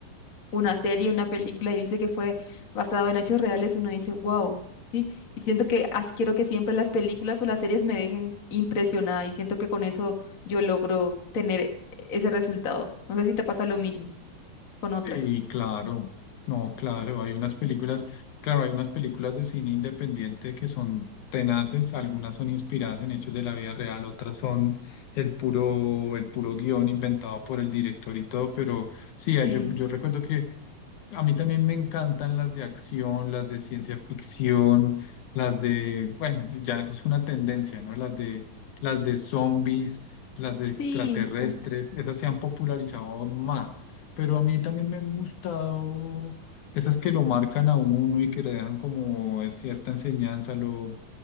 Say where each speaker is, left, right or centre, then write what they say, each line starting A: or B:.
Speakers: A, on the left; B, on the left.
A: una serie, una película y dice que fue basado en hechos reales, uno dice, wow, ¿sí? Y siento que as- quiero que siempre las películas o las series me dejen impresionada y siento que con eso yo logro tener ese resultado. No sé si te pasa lo mismo con otras.
B: Sí, claro, no, claro, hay unas películas, claro, hay unas películas de cine independiente que son tenaces, algunas son inspiradas en hechos de la vida real, otras son el puro, el puro guión inventado por el director y todo, pero sí,
A: Sí,
B: yo, yo recuerdo que a mí también me encantan las de acción, las de ciencia ficción, las de, bueno, ya eso es una tendencia, ¿no? Las de, las de zombies, las de extraterrestres,
A: sí, uf,
B: esas se han popularizado más pero a mí también me han gustado esas que lo marcan a uno y que le dejan como cierta enseñanza, lo,